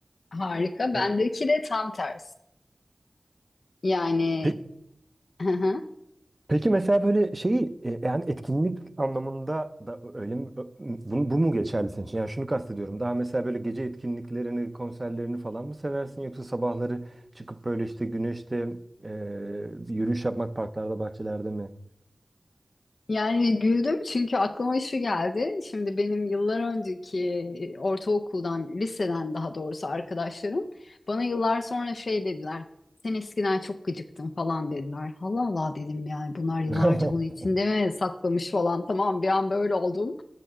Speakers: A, on the left; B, on the right.
A: Harika.
B: E,
A: Bendeki de tam tersi. Yani
B: Peki
A: <laughs>
B: Peki mesela böyle şeyi e, yani etkinlik anlamında da öyle mi? Ö- Bu, bu mu geçerli senin için? Yani şunu kastediyorum. Daha mesela böyle gece etkinliklerini, konserlerini falan mı seversin yoksa sabahları çıkıp böyle işte güneşte e, yürüyüş yapmak parklarda, bahçelerde mi?
A: Yani güldüm çünkü aklıma şu geldi. Şimdi benim yıllar önceki e, ortaokuldan, liseden daha doğrusu arkadaşlarım bana yıllar sonra şey dediler. Sen eskiden çok gıcıktın falan dediler. Allah Allah dedim yani bunlar yıllarca
B: <laughs>
A: bunu içinde mi saklamış falan. Tamam bir an böyle oldum.